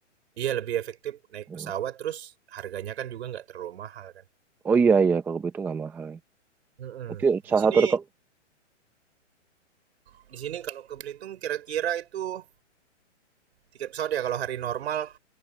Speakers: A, on the right; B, in the centre.
A: Iya lebih efektif naik
B: Hmm.
A: pesawat terus harganya kan juga nggak terlalu mahal kan.
B: Oh iya, iya. Kalau begitu nggak mahal ya.
A: Mhm.
B: Berarti salah
A: Di sini
B: satu reko-
A: di sini kalau ke Belitung kira-kira itu tiket pesawat ya kalau hari normal